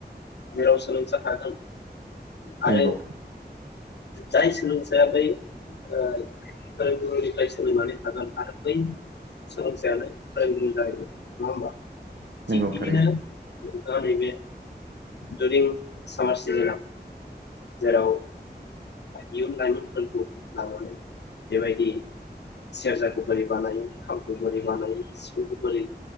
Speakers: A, on the left; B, on the right.
A: सेराव सोलोंसा थागोन। आरो
B: नंगौ।
A: जाय सोलोंसाया बै ओ। फोरोंगुरुनिफ्राय सोलोंनानै थागोन आरो बै सोलोंसायानो फोरोंगुरु जाहैगोन नङा होमबा?
B: नंगौ
A: थिख बिदिनो
B: थारैनो
A: दा नैबे दिउरिं सामार सिजोनाव जेराव इयुन ओ लाइमोनफोरखौ लानानै बेबायदि सेरजाखौ बोरै बानायो, खामखौ बोरै बानायो, सिफुंखौ बोरै